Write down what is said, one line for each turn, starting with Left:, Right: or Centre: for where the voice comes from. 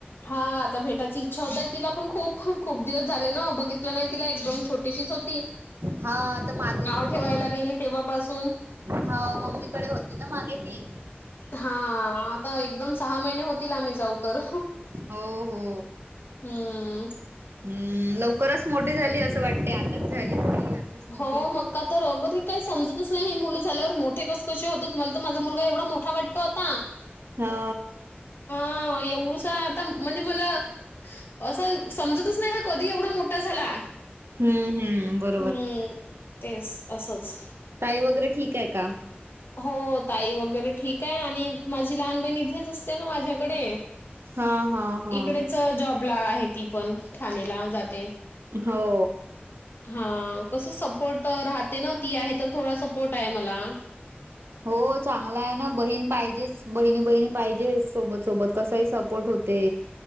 Left: हा आता भेटायची इच्छा होताय तिला पण खूप खूप दिवस झाले ना बघित नाही तिला एकदम छोटीशीच होती
Right: हा तर मागे
Left: नाव
Right: तर
Left: ठेवायला
Right: ती
Left: गेली तेव्हापासून.
Right: हो मम्मीकडे होती ना मागे ती
Left: हा आता एक दोन सहा महिने होतील आता जाऊन. तर
Right: हो हो
Left: हम्म
Right: हम्म लवकरच मोठी झाली असं वाटते आताच झाली आताच मोठी
Left: हो मग? का तर अगर मी काही समजतच नाही हे मुलं झाल्यावर मोठे कस कशे होतात मला तर माझा मुलगा एवढा मोठा वाटतो आता?
Right: हा
Left: हा एवढसा आता म्हणजे मला असं समजतच नाही हा कधी एवढा मोठा झाला?
Right: हम्म हम्म ब
Left: हम्म तेच असंच.
Right: ताई वगैरे ठीक आहे का?
Left: हो ताई वगैरे ठीक आहे आणि माझी लहान बहीण इथेच असते ना माझ्याकडे?
Right: हा हा हा
Left: इकडेच जॉबला आहे ती पण ठाणेला जाते?
Right: हो
Left: हा कसं सपोर्ट राहते ना ती आहे तर थोडा सपोर्ट आहे मला.
Right: हो चांगला आहे ना बहीण पाहिजेच बहिणी बहिणी पाहिजे सोबत सोबत कस आहे सपोर्ट होतो. ते